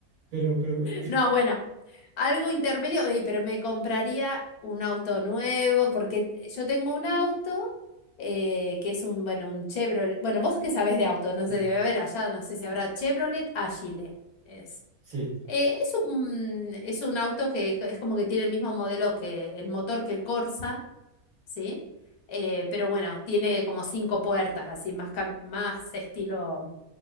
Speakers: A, on the right; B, on the left.
A: Pero, pero bueno.
B: No, bueno, algo intermedio, ey, pero me compraría un auto nuevo, porque yo tengo un auto eh, que es un, bueno, un Chevrolet. Bueno, vos que sabés de auto, no
A: Sí,
B: sé, debe haber allá, no sé si habrá Chevrolet Agile. Es.
A: sí.
B: Eh, es un, es un auto que es como que tiene el mismo modelo que el motor que el Corsa, ¿sí? Eh, pero bueno, tiene como cinco puertas, así, más, cam- más estilo,